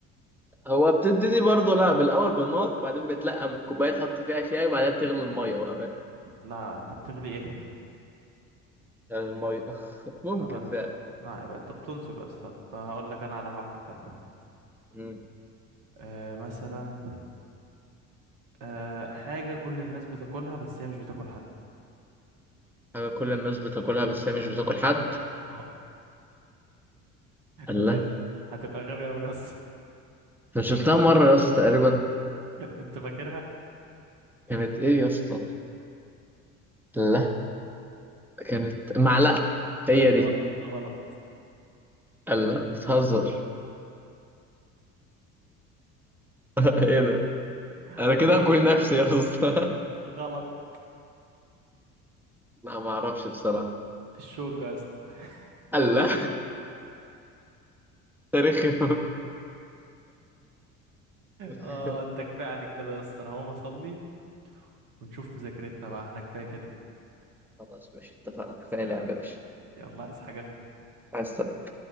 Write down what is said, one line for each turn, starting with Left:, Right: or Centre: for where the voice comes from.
Centre: هو بتبتدي برضه لا بالأول بالنار وبعدين بتلقى من الكوباية تحط فيها شاي وبعدين تغلي المية بقى فاهم؟
Right: لا انت بتغلي ايه
Centre: المية <laughs> ممكن
Right: بقى بقى
Centre: فعلا
Right: لا يبقى انت بتنصب يا اسطى طب هقول لك انا على واحدة تانية
Centre: مم.
Right: آه مثلا آه حاجة كل الناس بتاكلها بس هي مش بتاكل حد
Centre: حاجة كل الناس بتاكلها بس هي مش بتاكل حد
Right: آه.
Centre: الله
Right: انت هتبقى غبي قوي يا اسطى
Centre: أنا شلتها مرة يا اسطى تقريبا
Right: <laughs> انت فاكرها
Centre: كانت إيه يا اسطى الله كانت معلقة هي دي
Right: غ- غلط
Centre: الله بتهزر <laughs> إيه ده
Right: غ-
Centre: أنا كده أكل نفسي يا اسطى <laughs>
Right: غلط
Centre: لا ما أعرفش بصراحة
Right: الشوكة يا اسطى <laughs>
Centre: الله <laughs> تاريخي <laughs>
Right: اه انت كفاية عليك كده يا اسطى انا هقوم اصلي ونشوف مذاكرتنا بقى احنا كفاية كده
Centre: خلاص ماشي اتفقنا كفاية
Right: آه،
Centre: لعبة يا باشا
Right: يلا عايز حاجة
Centre: عايز